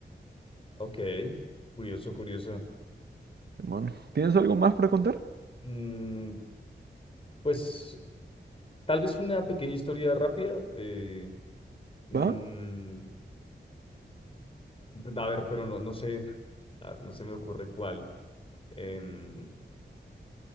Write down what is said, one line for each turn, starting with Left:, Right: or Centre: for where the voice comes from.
Left: Ok, curioso, curioso.
Right: Simón, ¿tienes algo más para contar?
Left: Mm, pues tal vez una pequeña historia rápida. eh, mm,
Right: ¿Va?
Left: a ver, pero no, no sé, a ver, no se me ocurre cuál. em,